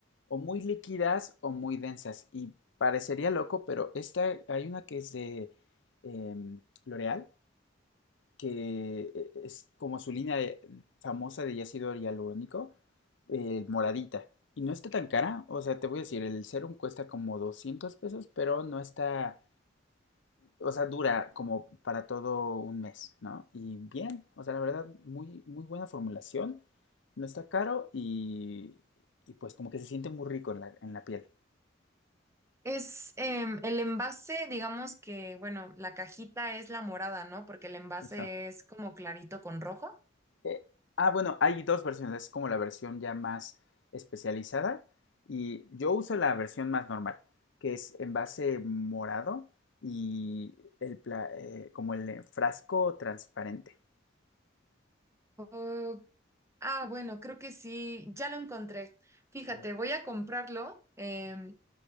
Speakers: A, on the left; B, on the right.
A: o muy líquidas o muy densas. Y parecería loco, pero esta, hay una que es de em, L'Oreal, que eh, es como su línea de- famosa de ácido hialurónico, eh, moradita. Y no está tan cara, o sea, te voy a decir, el serum cuesta como 200 pesos, pero no está o sea, dura como para todo un mes, ¿no? Y bien, o sea, la verdad, muy, muy buena formulación, no está caro y, y pues como que se siente muy rico en la, en la piel.
B: Es em, el envase, digamos que, bueno, la cajita es la morada, ¿no? Porque el envase
A: Eso.
B: es como clarito con rojo.
A: Eh, ah, bueno, hay dos versiones, es como la versión ya más especializada y yo uso la versión más normal, que es en base morado y el, pla- eh, como el eh, frasco transparente.
B: Oh, ah, bueno, creo que sí, ya lo encontré. Fíjate,
A: Súper.
B: voy a comprarlo. em,